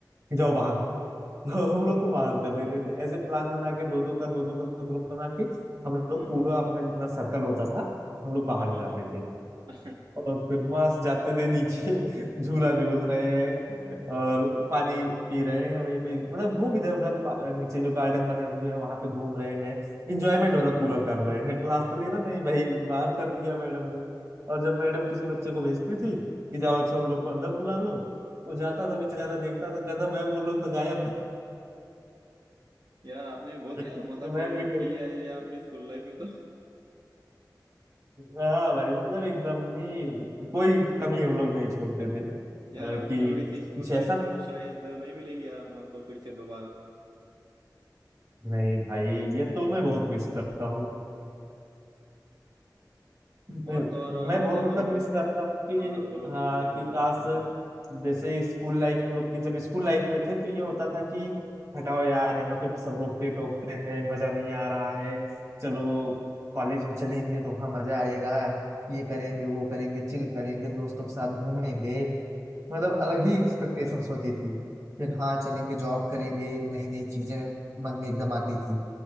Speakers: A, on the right; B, on the right.
A: कि जाओ बाहर <laughs> तो हम लोग को बाहर कर देते थे ऐसे प्लान बना के दो दो का दो दो का ग्रुप बना के हम लोग
B: हम्म
A: पूरा अपना जितना सर्कल होता था हम लोग बाहर
B: हाँ हाँ
A: हो जाते थे
B: हाँ <laughs>
A: और फिर मस्त जाते थे नीचे <laughs> झूला झूल रहे हैं और पानी पी रहे हैं वहीं पे मतलब घूम इधर उधर पा- नीचे जो गार्डन बने हुए हैं वहां पे घूम रहे हैं इंजॉयमेंट मतलब पूरा कर रहे हैं क्लास तो लेना नहीं भाई बाहर कर दिया मैडम ने और जब मैडम किसी बच्चे को भेजती थी कि जाओ अच्छा उन लोग को अंदर बुला लो वो जाता था बेचारा देखता था कहता मैम वो लोग तो गायब हैं।"
B: यार आपने बहुत
A: <laughs>
B: यार मजा
A: तो मैम
B: करी
A: भी कहती
B: की है यार आपने स्कूल लाइफ में तो
A: हाँ भाई मतलब एकदम ही कोई कमी हम लोग नहीं छोड़ते थे अ,
B: <laughs> यार अभी
A: कि
B: तो वैसी
A: कुछ
B: स्कूल
A: ऐसा
B: लाइफ तो शायद नहीं मिलेंगी यार हमारे को फिर से दोबारा
A: नहीं भाई ये तो मैं बहुत मिस करता हूँ मैं
B: और तो और अ,
A: मैं
B: मतलब
A: बहुत मतलब
B: हम
A: मिस करता हूँ कि
B: हाँ हाँ बोलो
A: हाँ
B: बोलो क्या बोल
A: कि काश
B: रहे हो आप हाँ हाँ
A: जैसे स्कूल लाइफ हम लोग की जब स्कूल लाइफ में थे तो ये होता था कि हटाओ यार यहाँ पे सब रोकते टोकते हैं मजा नहीं आ रहा है चलो कॉलेज में चलेंगे तो वहाँ मजा आएगा ये करेंगे वो करेंगे चिल करेंगे दोस्तों के साथ घूमेंगे मतलब अलग ही एक्सपेक्टेशंस होती थी फिर हाँ चलेंगे जॉब करेंगे नई नई चीजें मन में एकदम आती थी